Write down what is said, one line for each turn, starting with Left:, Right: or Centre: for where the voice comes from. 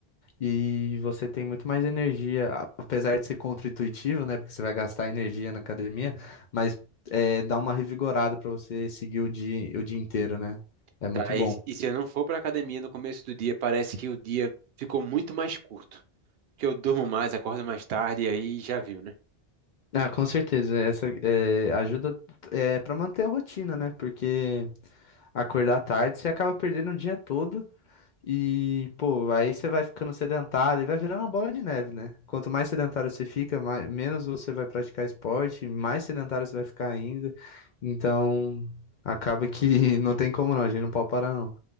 Left: E você tem muito mais energia, a- apesar de ser contra-intuitivo, né? Porque você vai gastar energia na academia, mas é, dá uma revigorada pra você seguir o dia, o dia inteiro, né? É
Right: Daí,
Left: muito bom.
Right: e se eu não for para academia no começo do dia, parece que o dia ficou muito mais curto. que eu durmo mais, acordo mais tarde, e aí já viu, né?
Left: Ah, com certeza. Essa é, ajuda é, para manter a rotina, né? Porque acordar tarde você acaba perdendo o dia todo E, pô, aí você vai ficando sedentário e vai virando uma bola de neve, né? Quanto mais sedentário você fica, mais, menos você vai praticar esporte, mais sedentário você vai ficar ainda. Então, acaba que <laughs> não tem como não, a gente não pode parar não.